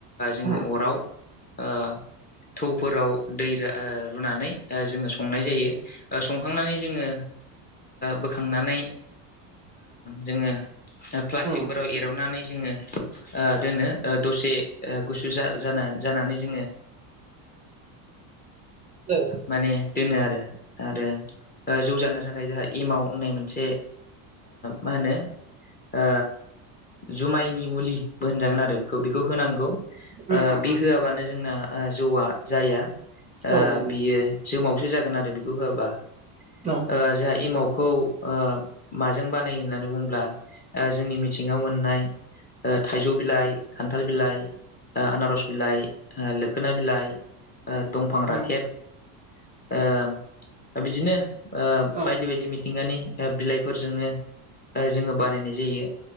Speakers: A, on the left; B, on the right.
A: जोङो
B: उम उम
A: अराव ओ फोराव दै रुनानै जोङो संनाय जायो संखांनानै जोङो बोखांनानै जोङो प्लास्टिकफोराव
B: उम
A: एर'नानै जोङो दोनो दसे गुसु जा जानानै जोङो
B: औ
A: माने दोनो आरो आरो जौ जानो थाखाय जोंहा एमाव होननाय मोनसे मा होनो ओ जुमायनि मुलिबो होनजागोन आरो बेखौ बेखौ होनांगौ ओ
B: उम
A: बि
B: उम
A: होआबानो जोंना जौआ जाया ओ
B: औ नंगौ
A: बियो जोमावसो जागोन आरो बेखौ होआबा
B: औ
A: ओ जोंहा एमाव खौ ओ माजों बानायो होननानै बुङोब्ला ओ जोंनि मिथिंगायाव मोननाय ओ थाइजौ बिलाइ खान्थाल बिलाइ आनारस बिलाइ ओ लो खोना बिलाइ ओ दंफां
B: उम
A: राखेब ओ बिदिनो ओ
B: औ
A: बायदि बायदि मिथिंगानि बिलाइफोरजोंनो जोङो बानायनाय जायो